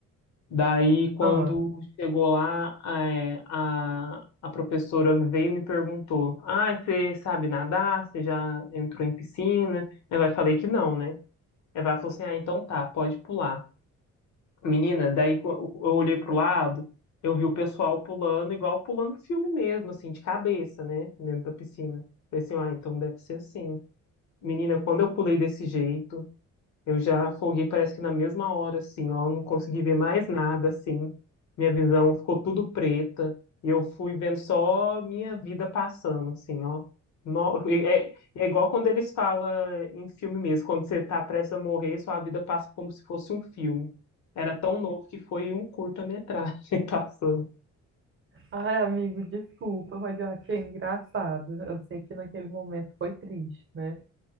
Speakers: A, on the left; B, on the right.
A: Daí, quando
B: Ah.
A: chegou lá, é, a, a professora veio e me perguntou: Ah, você sabe nadar? Você já entrou em piscina? Eu aí falei que não, né? Ela falou assim: Ah, então tá, pode pular. Menina, daí co- eu olhei pro lado, eu vi o pessoal pulando, igual pulando filme mesmo, assim, de cabeça, né? Dentro da piscina. Eu falei assim: Ah, então deve ser assim. Menina, quando eu pulei desse jeito, eu já afoguei, parece que na mesma hora, assim, ó, não consegui ver mais nada, assim. Minha visão ficou tudo preta e eu fui vendo só minha vida passando, assim, ó. No- é, é igual quando eles falam em filme mesmo, quando você tá prestes a morrer, sua vida passa como se fosse um filme. Era tão novo que foi um curta-metragem <laughs> passando.
B: Ai, amigo, desculpa, mas eu achei engraçado. Eu sei que naquele momento foi triste, né?